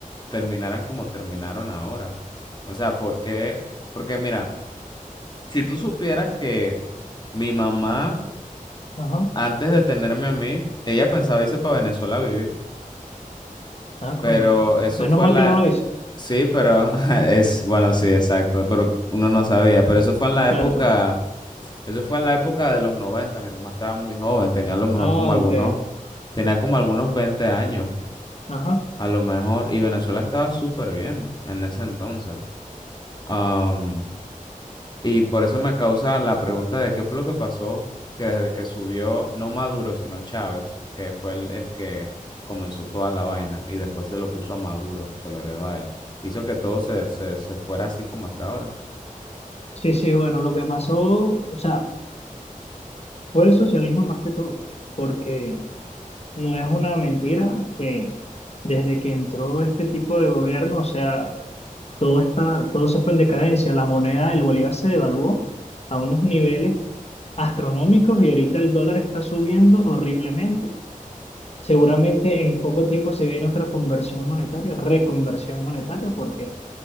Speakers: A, on the left; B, on the left.
A: terminaran como terminaron ahora? O sea, ¿por qué? Porque mira, si tú supieras que mi mamá,
B: ajá.
A: antes de tenerme a mí, ella pensaba irse para Venezuela a vivir.
B: Ah,
A: Pero
B: coño.
A: eso
B: Menos
A: fue
B: mal
A: en la...
B: que no lo hizo.
A: Sí, pero <laughs> es, bueno, sí, exacto, pero uno no sabía, pero eso fue en la
B: Claro,
A: época,
B: claro.
A: eso fue en la época de los noventa mi mamá estaba muy joven, tenía a lo mejor
B: Ah,
A: como algunos,
B: ok.
A: tenía como algunos 20 años,
B: Ajá.
A: a lo mejor, y Venezuela estaba súper bien en ese entonces. Am, y por eso me causa la pregunta de qué fue lo que pasó, que desde que subió no Maduro, sino Chávez, que fue el, el que comenzó toda la vaina y después se lo puso a Maduro, se lo heredó a él, hizo que todo se, se, se fuera así como está ahora.
B: Sí, sí, bueno, lo que pasó, o sea, fue el socialismo más que todo, porque no es una mentira que desde que entró este tipo de gobierno, o sea, todo está, todo se fue en decadencia. La moneda del bolívar se devaluó a unos niveles astronómicos y ahorita el dólar está subiendo horriblemente. Seguramente en poco tiempo se viene otra conversión monetaria, reconversión monetaria, porque,